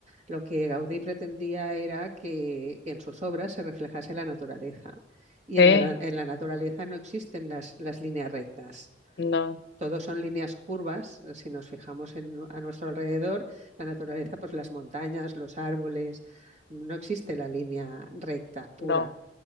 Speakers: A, on the right; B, on the left.
A: Lo que Gaudí pretendía era que, que en sus obras se reflejase la naturaleza. Y
B: Sí,
A: en la, na- en la naturaleza no existen las, las líneas rectas.
B: no,
A: Todos son líneas curvas. Si nos fijamos en- a nuestro alrededor, la naturaleza, pues las montañas, los árboles, no existe la línea recta pura.
B: no,